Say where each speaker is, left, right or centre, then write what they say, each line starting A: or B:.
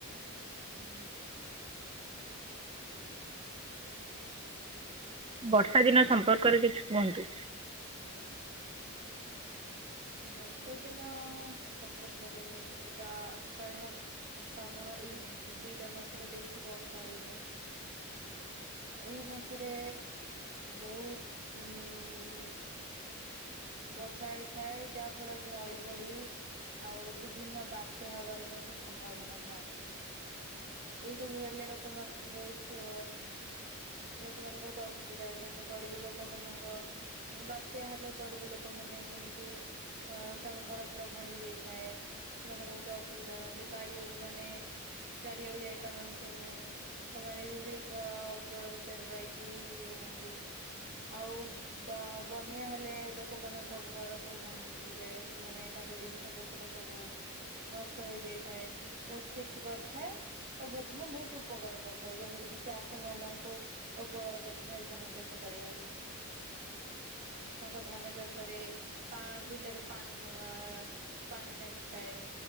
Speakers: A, on the right; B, on the right.
A: ହୁଁ।
B: ବର୍ଷା ଦିନ ସମ୍ପର୍କରେ କିଛି କୁହନ୍ତୁ?
A: ବର୍ଷା ଦିନ ସମ୍ପର୍କରେ ଏଇଟା ତ ଆଷାଢ ଶ୍ରାବଣ ଏଇ ଦିଟା ମାସରେ ବେଶୀ ବର୍ଷା ହେଇଥାଏ। ଏଇ ମାସରେ ବହୁତ ଉଁ ବର୍ଷା ହେଇଥାଏ ଯାହା ଫଳରେ ନଈ ବଢ଼ି ଆଉ ବିଭିନ୍ନ ବାତ୍ୟା ହେବାର ମଧ୍ୟ ସେ ସମ୍ଭାବନା ଥାଏ। ଏଇସବୁ ହେଲେ ଲୋକମାନେ ବହୁତ ଲୋକମାନେ ବହୁତ ଅସୁବିଧା ହୋଇଥାନ୍ତି ଗରିବ ଲୋକ ମାନଙ୍କ ବାତ୍ୟା ହେଲେ ଗରିବ ଲୋକମାନେ ଯେମିତି ଅ ତାଙ୍କ ଘର ଫର ଭାଙ୍ଗି ଯାଇଥାଏ। ସେମାନେ ବହୁତ ଅସୁବିଧା ହୁଅନ୍ତି ଗାଈ ଗୋରୁ ମାନେ ଚରିବାକୁ ଯାଇପାରୁନାନ୍ତି ସେମାନେ ବି ଘ କଳ ଭିତରେ ରହିକି ଇଏ ହୁଅନ୍ତି। ଆଉ ବା ବନ୍ୟା ହେଲେ ଲୋକମାନଙ୍କ ଘର ସବୁ ଭାଙ୍ଗି ଫୁଡ଼ିିଯାଏ। ସେମାନେ ତାଙ୍କ ଜିନିଷପତ୍ର ସବୁ ନଷ୍ଟ ହୋଇଯାଇଥାଏ ବହୁତ କ୍ଷତି କରିଥାଏ। ଓ ମଧ୍ୟ ବହୁତ ଉପକାର କରିଥାଏ ଯେମିତି କିି ଚାଷୀ ମାନଙ୍କୁ କୁ ଉପକାର କରିଥାଏ ଧାନ ଚାଷ କରିବାରେ ତାଙ୍କ ଧାନ ଚାଷରେ ପା ବିଲରେ ପାଣି ଆଁ ପାଣି ଲାଗିଥାଏ